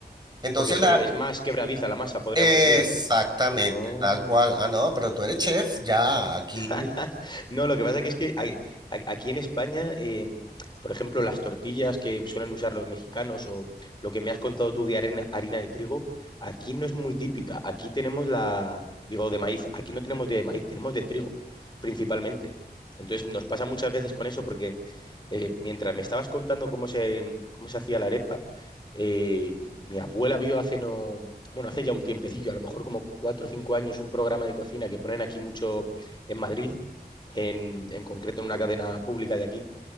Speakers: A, on the right; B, on the left.
A: Entonces
B: Porque se-
A: la,
B: es más quebradiza la masa, podríamos
A: exactamente,
B: decir. o- Ah.
A: tal cual. Ah, no, pero tú eres chef, ya aquí.
B: <laughs> No, lo que pasa que es que hay- a- aquí en España, eh, por ejemplo, las tortillas que suelen usar los mexicanos o lo que me has contado tú de arena- harina de trigo, aquí no es muy típica. Aquí tenemos la, digo, de maíz. Aquí no tenemos de maíz, tenemos de trigo, principalmente. Entonces nos pasa muchas veces con eso porque eh, mientras me estabas contando cómo se, cómo se hacía la arepa, eh, mi abuela vio hace no, bueno, hace ya un tiempecillo, a lo mejor como cuatro o cinco años, un programa de cocina que ponen aquí mucho en Madrid en, en concreto en una cadena pública de aquí,